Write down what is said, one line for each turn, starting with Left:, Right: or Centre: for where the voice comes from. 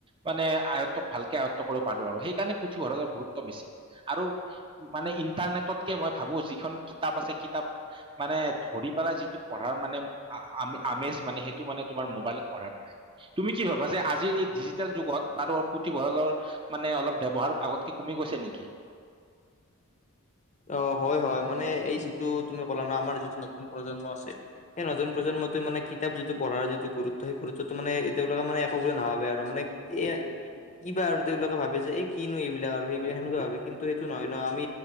Right: মানে আয়ত্বক ভালকে আয়ত্ব কৰিব পাৰো আৰু সেইকাৰণে পুথিভঁৰালৰ গুৰুত্ব বেছি। আৰু মানে ইণ্টাৰনেটতকে মই ভাবো যিখন কিতাপ আছে কিতাপ মানে ধৰি পেলা যিটো পঢ়াৰ মানে আম আমেজ মানে সেইটো মানে তোমাৰ মোবাইলত পঢ়াত নাই। তুমি কি ভাবা যে আজিৰ এই ডিজিটেল যুগত বাৰত পুথিভঁৰালৰ মানে অলপ ব্যৱহাৰ আগতকে কমি গৈছে নেকি?
Left: অ হয় হয় মানে এই যিটো তুমি ক'লা ন আমাৰ যিটো নতুন প্ৰজন্ম আছে। সেই নতুন প্ৰজন্মটোৱে মানে কিতাপ যিটো পঢ়াৰ যিটো গুৰুত্ব সেই গুৰুত্বটো মানে এতিয়াও লোকে মানে একো নাভাবে আৰু মানে এইয়া - কিবা আৰু তেওঁলোকে ভাবে যে এই কিনো এইবিলাক আৰু সেইবিলাক সেনেকুৱা ভাবে কিন্তু সেইটো নহয় ন আমি